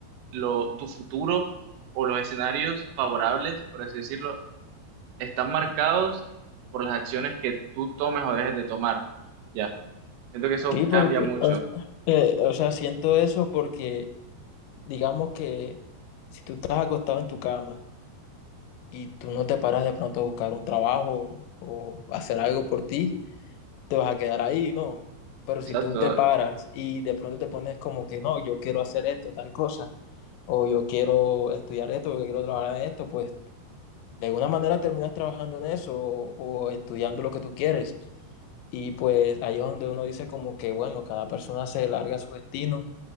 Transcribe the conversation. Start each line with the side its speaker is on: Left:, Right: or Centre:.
Right: lo, tu futuro o los escenarios favorables, por así decirlo, están marcados por las acciones que tú tomes o dejes de tomar. Ya, siento que eso
Left: Sí, porque,
Right: cambia mucho.
Left: o, s- eh, o sea, siento eso porque, digamos que si tú estás acostado en tu cama y tú no te paras de pronto a buscar un trabajo o hacer algo por ti, te vas a quedar ahí, ¿no? Pero si
Right: Exacto,
Left: tú te paras y de pronto te pones como que, no, yo quiero hacer esto, tal cosa, o yo quiero estudiar esto, porque quiero trabajar en esto, pues de alguna manera terminas trabajando en eso o, o estudiando lo que tú quieres. Y pues ahí es donde uno dice como que, bueno, cada persona se larga su destino